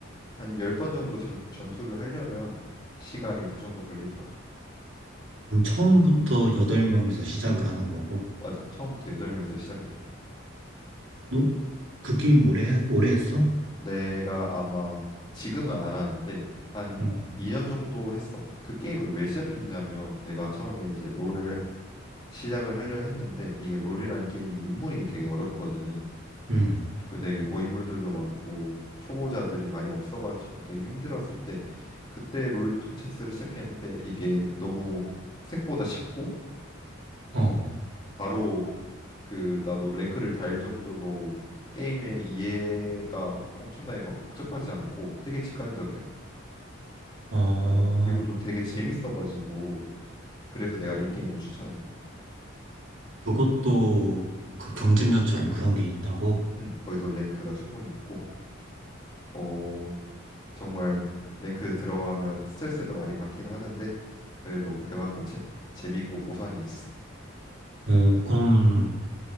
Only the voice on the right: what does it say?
그럼 처음부터 여덟 명이서 시작을 하는 거고.
너 그 게임 오래, 했- 오래 했어?
어.
음.
어.
어,
그것도 그 경쟁전처럼 그런 게 있다고?
어, 그럼